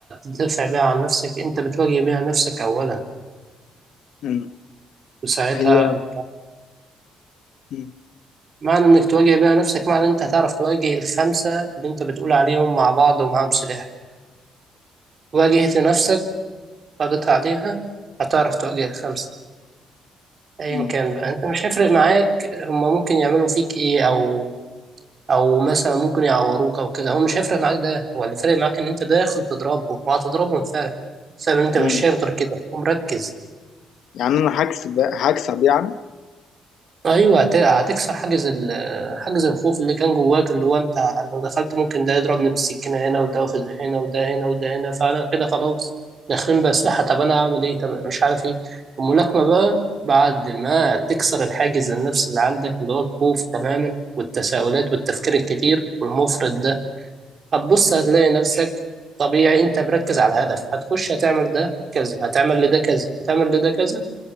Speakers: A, on the right; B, on the left.
A: تدافع بيها عن نفسك أنت بتواجه بيها نفسك أولا
B: مم.
A: وساعتها
B: هي مم.
A: معنى انك تواجه بيها نفسك معنى انت هتعرف تواجه الخمسة اللي انت بتقول عليهم مع بعض ومعاهم سلاح واجهت نفسك قضيت عليها هتعرف تواجه الخمسة ايا
B: مم.
A: كان بقى انت مش هيفرق معاك هما ممكن يعملوا فيك ايه او او مثلا ممكن يعوروك او كده هو مش هيفرق معاك ده هو اللي فارق معاك ان انت داخل تضربهم وهتضربهم فعلا بسبب ان انت مش
B: مم.
A: شايف غير كده ومركز
B: يعني انا هكسب هكسب يعني
A: ايوه هت- هتكسر حاجز ال حاجز الخوف اللي كان جواك اللي هو انت لو دخلت ممكن ده يضربني بالسكينه هنا وده في هنا وده هنا وده هنا فانا كده خلاص داخلين باسلحه طب انا هعمل ايه طب مش عارف ايه الملاكمه بقى بعد ما تكسر الحاجز النفسي اللي عندك اللي هو الخوف تماما والتساؤلات والتفكير الكتير والمفرط ده هتبص هتلاقي نفسك طبيعي انت مركز على هدف هتخش هتعمل ده كذا هتعمل لده كذا هتعمل لده كذا